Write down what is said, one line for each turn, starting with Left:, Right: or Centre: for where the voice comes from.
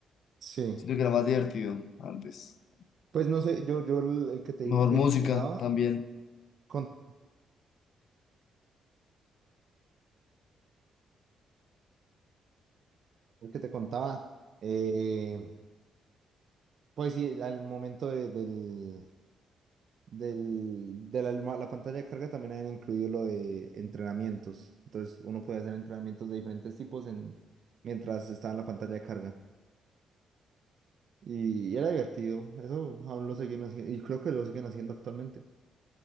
Right: Sí.
Left: Siento que era más divertido antes.
Right: Pues no sé, yo, yo el el que te digo
Left: Mejor
Right: que,
Left: música
Right: que jugaba,
Left: también.
Right: con, el que te contaba, eh, pues sí, al momento de, del, del, de la, alma- la pantalla de carga también habían incluido lo de entrenamientos. Entonces uno puede hacer entrenamientos de diferentes tipos en, mientras estaba en la pantalla de carga. Y, y era divertido. Eso aún lo siguen haciendo. Y creo que lo siguen haciendo actualmente.